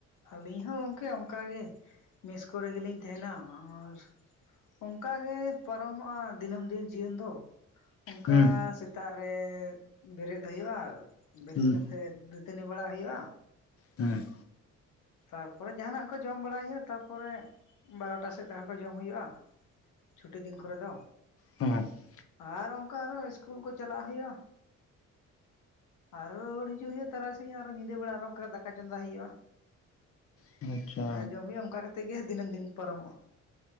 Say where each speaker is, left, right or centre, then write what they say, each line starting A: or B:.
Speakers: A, on the left (about 80°); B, on the left (about 50°).
A: ᱟᱹᱞᱤᱧ ᱦᱚᱸ ᱜᱚᱢᱠᱮ ᱚᱱᱠᱟᱟᱜ ᱜᱮ ᱢᱮᱥ ᱠᱚᱨᱮ ᱜᱮᱞᱤᱧ ᱛᱟᱦᱮᱱᱟ᱾ ᱟᱨ ᱚᱱᱠᱟᱜᱤ ᱯᱟᱨᱚᱢᱚᱜᱼᱟ ᱫᱤᱱᱟᱹᱢ ᱫᱤᱱ ᱡᱤᱭᱚᱱ ᱫᱚ ᱚᱱᱠᱟ
B: ᱦᱩᱸ
A: ᱥᱮᱛᱟᱜ ᱨᱮ ᱵᱮᱨᱮᱫ ᱦᱩᱭᱩᱜᱼᱟ᱾ ᱵᱮᱨᱮᱫ
B: ᱦᱩᱸ
A: ᱠᱟᱛᱮ ᱛᱮᱫ ᱫᱟᱹᱛᱟᱹᱱᱤ ᱵᱟᱲᱟ ᱦᱩᱭᱩᱜᱼᱟ
B: ᱦᱮᱸ
A: ᱛᱟᱨᱯᱚᱨᱮ ᱡᱟᱦᱱᱟᱜ ᱠᱚ ᱡᱚᱢ ᱵᱟᱲᱟᱭ ᱦᱩᱭᱩᱜᱼᱟ ᱛᱟᱨᱯᱚᱨᱮ ᱵᱟᱨᱚᱴᱟ ᱥᱮᱫ ᱫᱟᱠᱟ ᱠᱚ ᱡᱚᱢ ᱦᱩᱭᱩᱜᱼᱟ᱾ ᱪᱷᱩᱴᱤ ᱫᱤᱱ ᱠᱚᱨᱮ ᱫᱚ
B: ᱦᱩᱸ
A: ᱟᱨ ᱚᱱᱠᱟ ᱟᱨᱚ ᱤᱥᱠᱩᱞ ᱠᱚ ᱪᱟᱞᱟᱜ ᱦᱩᱭᱩᱜᱼᱟ ᱟᱨᱚ ᱨᱩᱟᱹᱨ ᱦᱤᱡᱩᱜ ᱦᱩᱭᱩᱜ-ᱟ ᱛᱟᱨᱟᱥᱤᱧ ᱟᱨ ᱧᱤᱫᱟᱹ ᱵᱮᱲᱟ ᱟᱨᱦᱚᱸ ᱫᱟᱠᱟ ᱪᱚᱸᱫᱟ ᱦᱩᱭᱩᱜᱼᱟ᱾
B: ᱦᱮᱸ ᱟᱪᱪᱷᱟ
A: ᱟᱨ ᱡᱚᱢ ᱦᱩᱭᱩᱜᱼᱟ ᱚᱱᱠᱟ ᱠᱟᱛᱮᱜ ᱜᱮ ᱫᱤᱱᱟᱹᱢ ᱫᱤᱱ ᱯᱟᱨᱚᱢᱚᱜᱼᱟ᱾